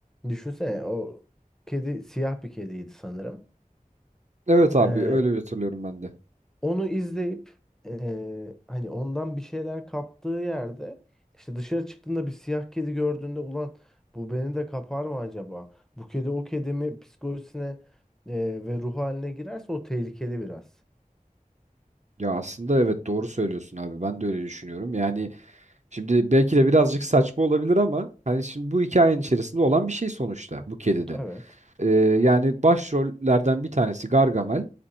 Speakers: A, in the centre; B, on the right.
A: düşünsene o kedi siyah bir kediydi sanırım.
B: Evet abi
A: Ee,
B: öyle bir hatırlıyorum ben de.
A: onu izleyip ee, hani ondan bir şeyler kaptığı yerde işte dışarı çıktığında bir siyah kedi gördüğünde ulan bu beni de kapar mı acaba? Bu kedi o kedimi psikolojisine ee, ve ruh haline girerse o tehlikeli biraz.
B: Ya aslında evet doğru söylüyorsun abi. Ben de öyle düşünüyorum. Yani şimdi belki de birazcık saçma olabilir ama hani şimdi bu hikayenin içerisinde olan bir şey sonuçta bu kedide.
A: Evet.
B: Ee, yani başrollerden bir tanesi Gargamel